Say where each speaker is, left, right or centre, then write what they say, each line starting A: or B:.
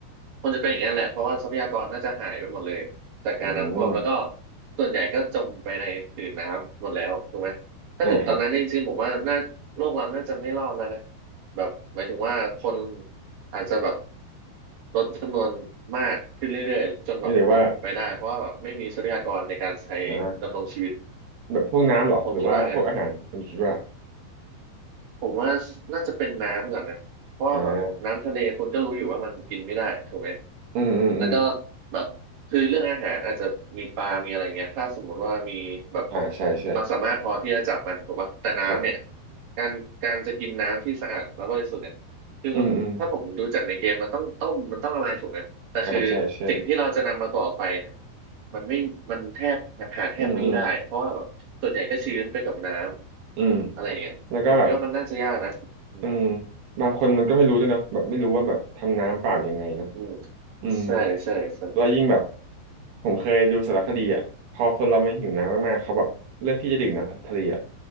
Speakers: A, on the right; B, on the right.
A: มันจะเป็นอย่างนั้นแหละเพราะว่าทรัพยากรน่าจะหายไปหมดเลยจากการน้ำท่วมแล้วก็
B: อืม
A: ส่วนใหญ่ก็จมไปในผืนน้ำหมดแล้วถูกไหม ถ้าถึงตอนนั้นเนี่ยจริงๆผมว่าน่าโลกเราน่าจะไม่รอดแล้วนะ
B: อ่าครับ
A: แบบหมายถึงว่าคนอาจจะแบบลดจำนวนมากขึ้นเรื่อยๆจนแบบหมดไปได้เพราะว่าแบบไม่มีทรัพยากรในการใช้ดำรงชีวิต
B: ไม่เลยว่าอ่าแบบพวกน้ำเหรอหรือว่าพวกอาหารคุณคิดว่า
A: อืมผมคิดว่าอย่างนั้น ผมว่าน่าจะเป็นน้ำก่อนนะเพราะว่าแบบน้ำทะเลคุณก็รู้อยู่ว่ามันกินไม่ได้ถูกไหม
B: อ่าอืมอืมอืม
A: แล้วก็แบบคือเรื่องอาหารอาจจะมีปลามีอะไรเงี้ยถ้าสมมุติว่ามีแบบ
B: อ่าใช่ใช่
A: ความสามารถพอที่จะจับมันถูกปะแต่น้ำเนี่ย
B: ครับ
A: การการจะกินน้ำที่สะอาดและบริสุทธิ์เนี่ยคือมันถ้าผมดูจากในเกมมันต้องต้มมันต้องอะไรถูกไหม
B: อืมอืม
A: แต่คือสิ่งที่เราจะนำมาก่อไฟเนี่ย
B: อ่าใช่ใช่
A: มันไม่มันแทบหาแทบไม่ได้เพราะว่าแบบส่วนใหญ่ก็ชื้นไปกับน้
B: อืมอืม
A: ำอะไรเงี้ย
B: อืมแล้วก็แบบ
A: ผมคิดว่ามันน่าจะยากนะอืม
B: อืมบางคนมันก็ไม่รู้ด้วยนะแบบไม่รู้ว่าแบบทำน้ำเปล่ายังไงเนอะ
A: อืม
B: อืม
A: ใช่ใช่ใช่
B: แล้วยิ่งแบบผมเคยดูสารคดีอ่ะพอคนเรามันหิวน้ำมากๆเขาแบบเลือกที่จะดื่มน้ำทะเลอ่ะ